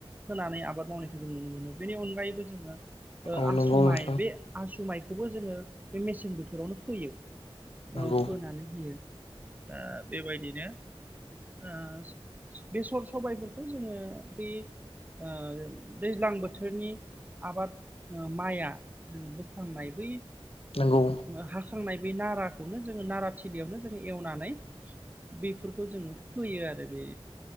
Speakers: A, on the right (about 15°); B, on the left (about 75°).
A: फोनानै आबाद मावनायखौ जों नुनो मोनो बेनि अनगायैबो जोङो
B: औ
A: आसु
B: नंगौ नोंथां
A: माइ बे आसु माइखौबो जोङो बे मेसें बोथोरावनो फोयो
B: नंगौ
A: ओ फोनानै होयो दा बेबायदिनो ओ बेसर सबायफोरखौ जोङो बे ओ दैज्लां बोथोरनि आबाद माइआ जोङो बोखांनाय बै
B: नंगौ
A: हाखांनाय बे नाराखौनो जोङो नारा थिलियावनो जोङो एवनानै बेफोरखौ जोङो फोयो आरो बे